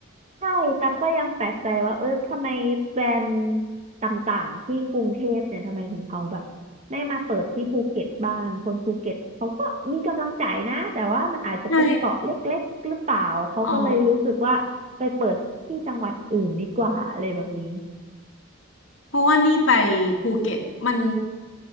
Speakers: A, on the right; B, on the left.
A: ใช่ตั๊กก็ยังแปลกใจว่าเออทำไมแบรนด์ต่างๆที่กรุงเทพเนี่ยทำไมถึงเขาแบบไม่มาเปิดที่ภูเก็ตบ้างคนภูเก็ตเขาก็มีกำลังใจนะแต่ว่ามันอาจจะเป็นเกาะเล็กๆหรือเปล่า
B: ใช่
A: เขาก็เลยรู้สึกว่าไปเปิดที่จังหวัดอื่นดีกว่าอะไรแบบนี้
B: อ๋อเพราะว่านี่ไปภูเก็ตมัน